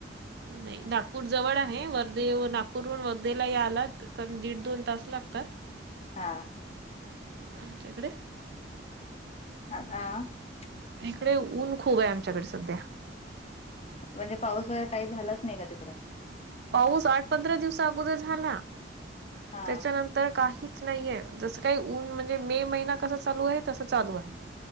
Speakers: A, on the right; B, on the left.
A: नाही नागपूर जवळ आहे वर्धे. नागपूरून वर्धेला यायला कमी दीड दोन तास लागतात.
B: हा
A: आमच्या इकडे
B: अ ह <unintelligible>
A: इकडे ऊन खूप आहे आमच्याकडे सध्या
B: म्हणजे पाऊस वगैरे काही झालाच नाही का तिकडं
A: पाऊस आठ पंधरा दिवसा अगोदर झाला
B: हा
A: त्याच्यानंतर तर काहीच नाहीये जसं काही ऊन म्हणजे मे महिना कसा चालू आहे तसं चालू आहे